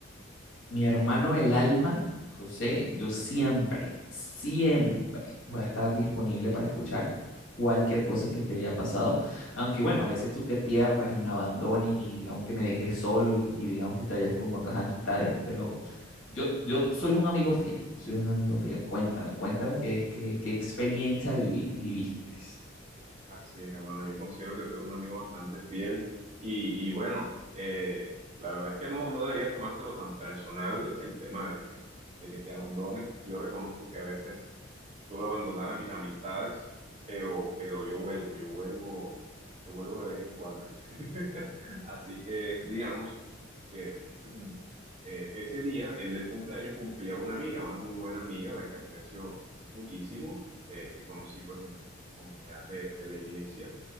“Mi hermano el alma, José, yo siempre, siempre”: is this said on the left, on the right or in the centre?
Left